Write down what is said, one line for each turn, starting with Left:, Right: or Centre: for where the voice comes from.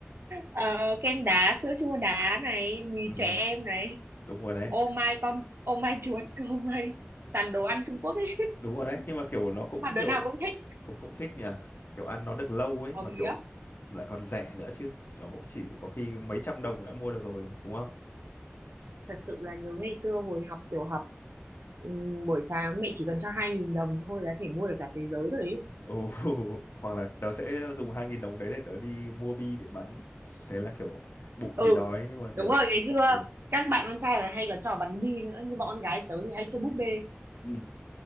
Right: Ờ, kem đá, sữa chua đá này, mì
Left: Ừ,
Right: trẻ em này,
Left: đúng rồi đấy
Right: ô mai con, ô mai chuột, <laughs> ô mai toàn đồ ăn Trung Quốc ấy,
Left: đúng rồi đấy nhưng mà kiểu nó cũng
Right: nhưng mà đứa
Left: kiểu
Right: nào cũng thích
Left: cũng cũng thích nhỉ kiểu ăn nó được lâu ấy
Right: bò
Left: mà
Right: bía.
Left: kiểu lại còn rẻ nữa chứ nó cũng chỉ có khi mấy trăm đồng đã mua được rồi đúng không
Right: thật sự là nhớ ngày xưa hồi học tiểu học ừm, buổi sáng mẹ chỉ cần cho hai nghìn đồng thôi là thể mua được cả thế giới rồi đấy
Left: Ồ, <laughs> hoặc là tớ sẽ dùng hai nghìn đồng đấy để tớ đi mua bi để bắn thế là kiểu bụng
Right: ừ
Left: thì đói nhưng mà
Right: đúng
Left: kiểu
Right: rồi ngày xưa
Left: ừ.
Right: các bạn con trai là hay có trò bắn bi nữa nhưng bọn con gái tớ thì hay chơi búp bê
Left: Ừ.